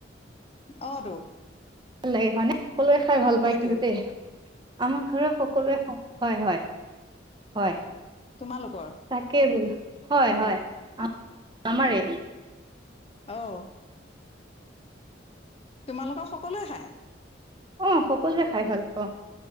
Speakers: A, on the left (about 30°); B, on the right (about 25°).
A: অহটো।
B: ভাল লাগে হয়নে, সকলোৱে খাই ভাল পায়
A: হয়তো
B: কিন্তু দেই। আমাৰ ঘৰৰ সকলোৱে খাই হয়, হয়। হয়।
A: তোমালোকৰ
B: তাকেই বোলো হয়,
A: অ
B: হয় আ-আমাৰে।
A: অহ'। তোমালোকৰ সকলোৱে খায়।
B: অহ' সকলো খাই ভাল পাওঁ।